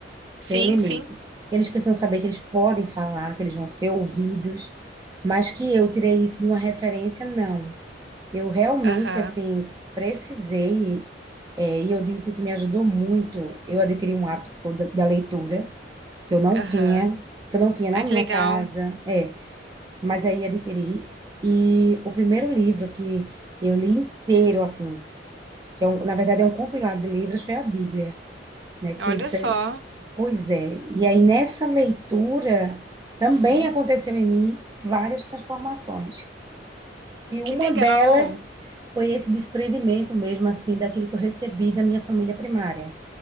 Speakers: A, on the right; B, on the right.
A: Sim,
B: Tem um limite.
A: sim.
B: Eles precisam saber que eles podem falar, que eles vão ser ouvidos, mas que eu tirei isso de uma referência, não. Eu realmente,
A: Aham.
B: assim, precisei, é, e eu digo que o que me ajudou muito, eu adquiri um hábito que foi o da, da leitura, que eu não
A: Aham.
B: tinha, que eu não tinha
A: Ai,
B: na minha
A: que legal.
B: casa, é, mas aí adquiri. E o primeiro livro que eu li inteiro, assim, que é um- na verdade é um compilado de livros, foi a Bíblia, né? Que
A: Olha
B: tem
A: só.
B: Pois é. E aí, nessa leitura, também
A: Uhum.
B: aconteceu em mim várias transformações. E uma
A: Que legal.
B: delas foi esse desprendimento mesmo, assim, daquilo que eu recebi da minha família primária.